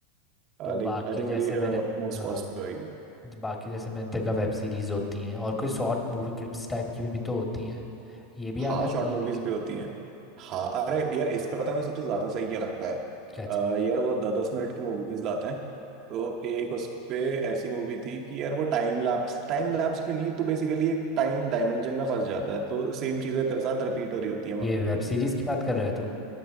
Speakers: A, on the right; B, on the left.
A: लाइक
B: तो बाकी
A: आई थिंक
B: जैसे
A: मेरी
B: मैंने
A: मोस्ट
B: हाँ
A: वॉच पे होगी
B: ज- बाकी जैसे मैंने देखा वेब सीरीज होती हैं और कोई शॉर्ट मूवी क्लिप्स टाइप की भी तो होती हैं ये भी
A: हाँ
B: आ जाते
A: शॉर्ट
B: हैं
A: मूवीज
B: यानी कि
A: भी होती हैं हाँ अरे यार इस पे पता है मुझे सबसे ज्यादा सही क्या लगता है
B: क्या चीज
A: अ, यार वो दस दस मिनट की मूवीज लाते हैं तो एक उस पे ऐसी मूवी थी कि यार वो टाइम लैप्स टाइम लैप्स पे नहीं तो बेसिकली एक टाइम डायमेंशन में फंस जाता है तो सेम चीजें तेरे साथ रिपीट हो रही होती है
B: ये वेब सीरीज की बात कर रहा है तू